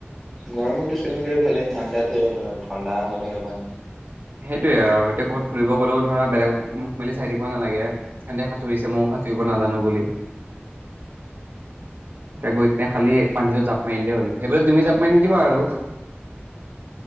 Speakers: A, in the centre; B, on the right.
A: গৰমতো চুইমিং কৰিব ভালেই ঠাণ্ডাত থলো আৰু ঠাণ্ডা হৈ থাকিব পানী
B: সেইটোৱে আৰু এতিয়া ক'ৰবাত ফুৰিব গলেও ধৰা বেলেগ মুখ মেলি চাই থাকিব নালাগে সেতে সাঁতুৰিছে ময়ো সাঁতুৰিব নাজানো বুলি ত গৈ খালি পানীটোত জাপ মাৰি দিলেই হ'ল সেইবুলি তুমি জাপ মাৰি নি দিবা আৰু